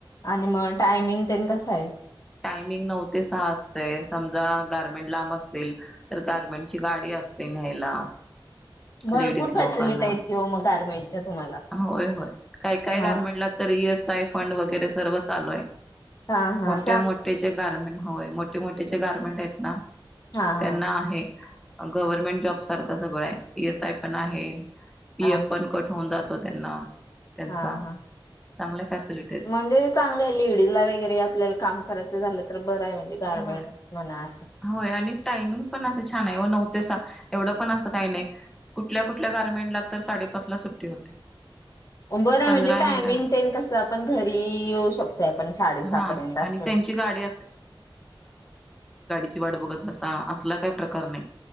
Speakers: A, on the left; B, in the centre.
A: आणि मग टायमिंग तेन कस आहे?
B: टायमिंग नऊ ते सहा असतय समजा गारमेंट लांब असेल तर गारमेंटची गाडी असते न्ह्यायला.
A: भरपूर
B: लेडीज
A: फॅसिलिटी
B: लोकांना.
A: आहेत कि ओ मग गारमेंटच्या तुम्हाला.
B: होय, होय काय काय गारमेंटला
A: हा
B: तरी येसैफ. फंड वगैरे सर्व चालू आहे.
A: हां, हां.
B: मोठे- मोठेजे गारमेट हो होय मोठे मोठेजे गारमेंट आहेत ना?
A: हा हा
B: त्यांना आहे. गव्हर्नमेंट जॉब सारखं सगळं आहे ई एस आय पण आहे. पि
A: हा
B: यफ पण कट होऊन जा तो त्यांना. त्यांचा
A: हा हा
B: चांगल्या फॅसिलिटीज
A: म्हणजे चांगलं लेडी ला वगैरे आपल्याला काम करायचं झालं तर बरं आहे म्हणजे गारमेन्ट
B: होय
A: म्हना
B: होय आणि? टायमिंग पण असं छान आहे नऊ ते सा एवढं पण असं काही नाही कुट कुटल्या कुटल्या गारमेंटला तर साडेपाच ला सुट्टी होते.
A: बरं
B: पंधरा
A: म्हणजे टायमिंग
B: मिनिटं
A: तेन कस आपण घरी येऊ शकतोय आपण साडे सहा
B: हा
A: पर्यंत आस.
B: आणि त्यांची गाडी ची वाट बघत बसा असला काही प्रकार नाही.